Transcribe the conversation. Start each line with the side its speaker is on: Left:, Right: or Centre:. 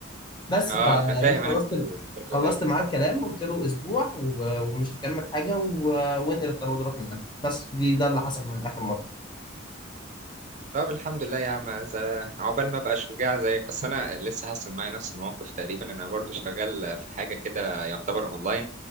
Left: بس
Right: اه
Left: فجيت
Right: انا فاهم انا
Left: خلصت
Right: الفتره
Left: خلصت
Right: دي
Left: معاه
Right: صح
Left: الكلام وقلت له اسبوع و- ومش هكمل حاجه و- وانقل الترودلات من عندك بس دي ده اللي حصل معايا اخر مره
Right: طب الحمد لله يا عم إذا- عقبال ما ابقى شجاع زيك اصل انا لسه حاصل معايا نفس الموقف تقريبا انا برضو شغال في حاجه كده يعتبر اونلاين